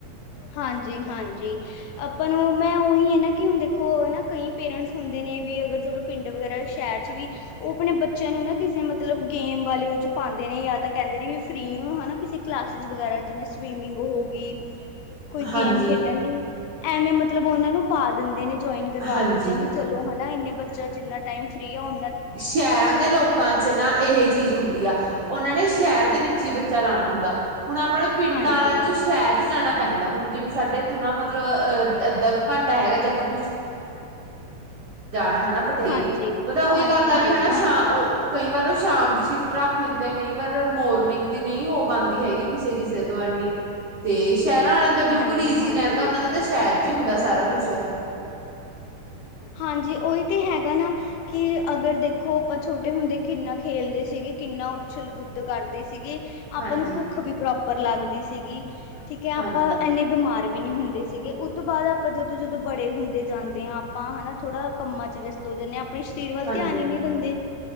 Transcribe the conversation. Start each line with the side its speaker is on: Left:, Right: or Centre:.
Left: ਹਾਂਜੀ ਹਾਂਜੀ। ਆਪਾਂ ਨੂੰ ਮੈਂ ਉਹੀ ਹੈ ਨਾ ਕਿ ਹੁਣ ਦੇਖੋ ਨਾ ਕਈ ਪੇਰੈਂਟਸ ਹੁੰਦੇ ਨੇ ਵੀ ਅਗਰ ਚਲੋ ਪਿੰਡ ਵਗੈਰਾ ਸ਼ਹਿਰ ਚ ਵੀ ਉਹ ਆਪਣੇ ਬੱਚਿਆਂ ਨੂੰ ਨਾ ਕਿਸੇ ਮਤਲਬ ਗੇਮ ਵਾਲੇ ਉਹ ਚ ਪਾ ਦੇ ਨੇ ਜਾ ਤਾਂ ਕਹਿੰਦੇ ਨੇ ਵੀ ਫਰੀ ਹਿਨਾਂ ਕਿਸੇ ਕਲਾਸਸ ਵਗੈਰਾ ਜਿਵੇਂ ਸਵੀਮਿੰਗ ਹੋ ਗਈ। ਕੋਈ
Right: ਹਾਂਜੀ
Left: ਗੇਮ ਖੇਡਣ ਲਈ। ਐਵੇਂ ਮਤਲਬ ਉਹਨਾਂ ਨੂੰ ਪਾ ਦਿੰਦੇ ਨੇ ਜੁਆਇਨ ਕਰਵਾ
Right: ਹਾਂਜੀ
Left: ਦਿੰਦੇ ਆ ਵੀ ਚਲੋ ਹਨਾ ਇੰਨੇ ਬੱਚਾ ਜਿੰਨਾ ਟਾਈਮ ਫਰੀ ਆ ਓ
Right: ਸ਼ਹਿਰਾਂ ਦੇ ਲੋਕਾਂ ਚ ਨਾ ਇਹ ਚੀਜ਼ ਹੁੰਦੀ ਆ। ਉਹਨਾਂ ਨੇ ਸ਼ਹਿਰ ਦੇ ਵਿੱਚ ਹੀ ਬੱਚਾ ਲਾਉਣਾ ਹੁੰਦਾ। ਹੁਣ ਆਪਣੇ ਪਿੰਡਾਂ
Left: ਹਾਂਜੀ
Right: ਵਾਲਿਆਂ ਨੂੰ ਸ਼ਹਿਰ ਚ ਜਾਣਾ ਪੈਂਦਾ ਹੁਣ ਜਿਵੇਂ ਸਾਡੇ ਇੱਥੋਂ ਨਾ ਮਤਲਬ ਅਹ ਅੱਧਾ ਕੁ ਘੰਟਾ ਹੈਗਾ ਜੇ ਆਪਾਂ ਕੁਛ ਜਾਣਾ ਹੈ ਪਟੇਰ
Left: ਹਾਂਜੀ
Right: ਪਤਾ ਉਹੀ
Left: ਹਾਂਜੀ
Right: ਲਾ
Left: ਹਾਂਜੀ
Right: ਵੀ ਹਨਾ
Left: ਹਾਂਜੀ
Right: ਸ਼
Left: ਹਾਂਜੀ
Right: ਉਹ ਕਈ ਵਾ ਪਰ ਉਹ ਸ਼ਾਮ ਦੀ ਸ਼ਿਫਟ ਰੱਖ ਦਿੰਦੇ ਆ, ਕਈ ਵਾਰ ਮੋਰਨਿੰਗ ਦੀ ਨਹੀਂ ਹੋ ਪਾਂਦੀ ਹੈਗੀ ਕਿਸੇ ਕਿਸੇ ਦੁਆਨੀ ਤੇਸ ਸ਼ਹਿਰਾਂ ਵਾਲਿਆਂ ਦਾ ਬਿਲਕੁਲ
Left: ਹਾਂਜੀ
Right: ਈਜ਼ੀ
Left: ਹਾਂਜੀ
Right: ਰਹਿੰਦਾ ਉਹਨਾਂ
Left: ਬਿਲਕੁਲ
Right: ਦੇ ਤਾਂ ਸ਼ਹਿਰ ਚ ਹੀ ਹੁੰਦਾ ਸੀ। ਸਾਰਾ ਕੁਛ
Left: ਹਾਂਜੀ ਉਹੀ ਤੇ ਹੈਗਾ ਨਾ ਕਿ ਅਗਰ ਦੇਖੋ ਆਪਾਂ ਛੋਟੇ ਹੁੰਦੇ ਕਿੰਨਾ ਖੇਲਦੇ ਸੀਗੇ ਕਿੰਨਾ ਉਛਲ ਕੁੱਦ ਕਰਦੇ ਸੀ। ਸੀਗੇ ਆਪਾਂ
Right: ਹਾਂਜੀ
Left: ਨੂੰ ਭੁੱਖ ਵੀ ਬਰਾਬ ਬਰ ਲੱਗਦੀ ਸੀਗੀ। ਠੀਕ ਹੈ
Right: ਹਾਂਜੀ
Left: ਆਪਾਂ ਇੰਨੇ ਬਿਮਾਰ ਵੀ ਨਹੀ ਹੁੰਦੇ ਸੀਗੇ ਉਹ ਤੋਂ ਬਾਅਦ ਆਪਾਂ ਜਦੋਂ, ਜਦੋਂ ਬੜੇ ਹੁੰਦੇ ਜਾਂਦੇ ਆਂ ਆਪਾਂ ਆਪਾਂ ਹਨਾ ਥੋੜਾ ਕੰਮਾਂ ਚ ਜਿੰਨੇ ਆਪਣੇ ਸਰੀਰ ਵੱਲ
Right: ਹਾਂਜੀ
Left: ਧਿਆਨ ਹੀ ਨਹੀਂ ਦਿੰਦੇ,